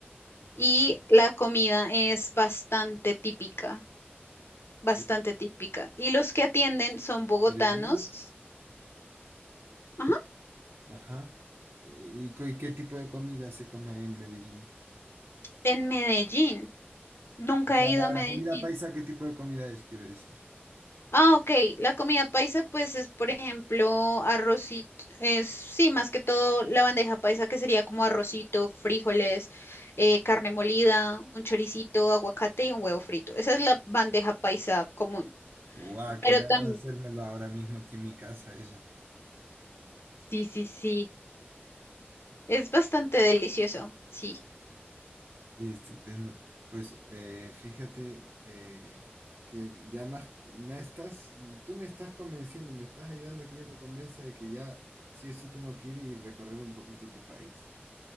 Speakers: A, on the right (about 55°); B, on the left (about 75°).
A: ajá.
B: Y la comida es bastante típica, bastante
A: Sí,
B: típica. Y los que atienden son bogotanos,
A: de Medellín.
B: ajá,
A: Ajá. Eh, ¿Y, cu- y qué tipo de comida se come en Medellín?
B: en Medellín. Nunca
A: O sea,
B: he
A: la,
B: ido a Medellín.
A: la comida paisa, ¿qué tipo de comida es, quiero decir?
B: Ah, ok. La comida paisa, pues es, por ejemplo, arrocito, es, sí, más que todo la bandeja paisa, que sería como arrocito, frijoles, eh, carne molida, un choricito, aguacate y un huevo frito. Esa es la bandeja paisa común.
A: Guau,
B: Pero
A: qué ganas
B: también,
A: de hacérmelo ahora mismo aquí en mi casa, eso.
B: sí, sí, sí. Es bastante delicioso, sí.
A: Oye, estupendo. Pues eh, fíjate eh, que ya más me estás, y tú me estás convenciendo, me estás ayudando a que yo me convenza de que ya sí o sí tengo que ir y recorrer un poquito tu país.